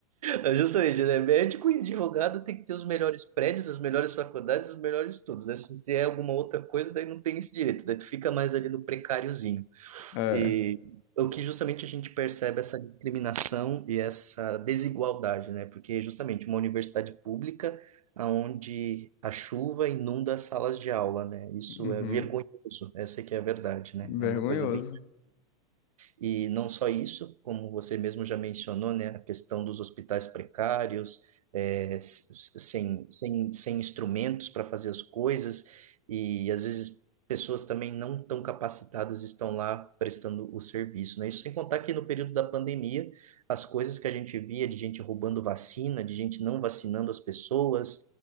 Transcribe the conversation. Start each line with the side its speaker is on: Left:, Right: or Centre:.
Right: é justamente, né? Médico e advogado tem que ter os melhores prédios, as melhores faculdades, os melhores estudos, né? Se, se é alguma outra coisa, daí não tem esse direito, daí tu fica mais ali no precáriozinho.
Left: É.
Right: E o que justamente a gente percebe é essa discriminação e essa desigualdade, né? Porque justamente uma universidade pública onde a chuva inunda as salas de aula, né? Isso
Left: Uhum.
Right: é vergonhoso, essa que é a verdade, né?
Left: Vergonhoso.
Right: É uma coisa bem e não só isso, como você mesmo já mencionou, né, a questão dos hospitais precários, é, s- s- sem, sem, sem instrumentos para fazer as coisas, e às vezes pessoas também não tão capacitadas estão lá prestando o serviço, né? Isso sem contar que no período da pandemia, as coisas que a gente via de gente roubando vacina, de gente não vacinando as pessoas,